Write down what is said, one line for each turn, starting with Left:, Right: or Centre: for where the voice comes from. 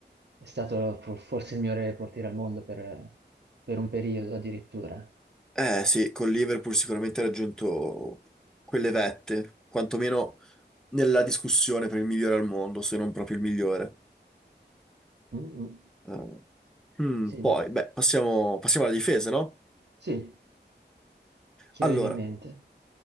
Right: è stato pro- forse il migliore portiere al mondo per, per un periodo addirittura.
Centre: Eh sì, con Liverpool sicuramente ha raggiunto quelle vette, quantomeno nella discussione per il migliore al mondo, se non proprio il migliore.
Right: Mm, mm.
Centre: Eh, hmm,
Right: Sì,
Centre: poi,
Right: dai.
Centre: beh, passiamo, passiamo alla difesa, no?
Right: Sì, chi
Centre: Allora,
Right: avevi in mente?